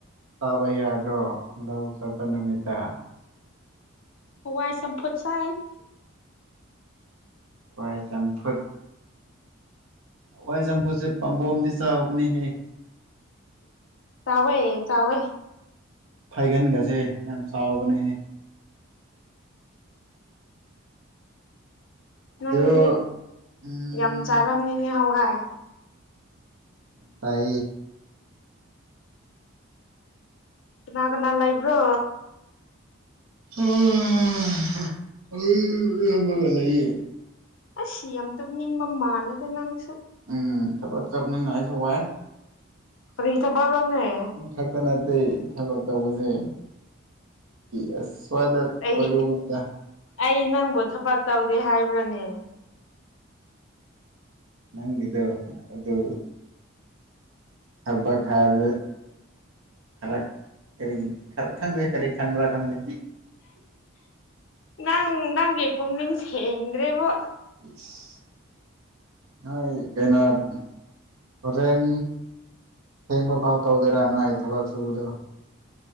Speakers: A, on the right; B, on the left.
A: ꯆꯥꯕ ꯌꯥꯗ꯭ꯔꯣ ꯂꯋ ꯆꯄ ꯅꯨꯃꯤꯠꯇ
B: ꯋꯥꯏ ꯁ ꯄꯣꯠꯁ
A: ꯍꯏ ꯆꯝꯐꯨꯠ ꯋꯥꯏ ꯆꯝꯐꯨꯁꯦ ꯄꯥꯝꯕꯝꯗꯤ ꯆꯥꯕꯅꯤ ꯍꯦ
B: ꯆꯕꯌꯦ ꯆꯋꯣꯏ
A: ꯐꯥꯏꯒꯟꯒꯁꯦ ꯌꯥꯝ ꯆꯥꯎꯕꯅꯦꯍꯦ ꯑꯗꯨ
B: ꯅꯪꯗꯤ
A: ꯎꯝ
B: ꯌꯥꯝ ꯆꯥꯔꯝꯅꯤꯅꯦ ꯍ ꯍꯥꯏ
A: ꯌꯥꯝ ꯇꯥꯏ
B: ꯂꯅꯥꯀꯅꯥꯜꯥꯏꯕ꯭ꯔꯣ
A: ꯑꯩꯒꯌꯦ
B: ꯑ ꯁꯤ ꯌꯥꯝꯇ ꯅꯤꯡꯕ ꯃꯥꯜꯂꯗ ꯅꯪꯁꯨ
A: ꯎꯝ ꯊ ꯆꯞꯅ ꯅꯥꯏꯁꯨ ꯋꯥꯥꯏ
B: ꯀꯔꯤ ꯊꯕꯛꯔꯣꯅꯦ
A: ꯅꯪ ꯈꯛꯇ ꯅꯠꯇꯦ ꯊꯕꯛ ꯇꯧꯕꯁꯦ ꯗꯤꯁꯣꯏꯗ
B: ꯑꯩ
A: ꯀꯔꯨꯕꯅꯤꯗ
B: ꯑꯩ ꯅꯪꯕꯨ ꯊꯕꯛ ꯇꯧꯗꯦ ꯍꯥꯏꯕ꯭ꯔꯥꯅꯦ
A: ꯅꯪꯗ ꯑꯗꯨꯗ ꯊꯕꯛ ꯍꯥꯏꯕꯗ ꯈꯔ ꯀꯔꯤ ꯈꯪꯗꯦ ꯀꯔꯤ ꯈꯟꯕ꯭ꯔꯥ ꯈꯪꯗꯦ
B: ꯅꯪ ꯅꯪ ꯏ ꯄꯣ ꯅꯤꯡꯁ ꯍꯦꯡꯗ꯭ꯔꯦꯕꯣ
A: <unintelligible> ꯅ ꯀꯩꯅꯩꯅꯣ ꯍꯣꯔꯦꯟ ꯊꯦꯡꯕ ꯐꯥꯎ ꯇꯧꯗꯣꯏꯔꯥ ꯅꯣ ꯑꯩ ꯊꯕꯛ ꯁꯨꯕꯗꯣ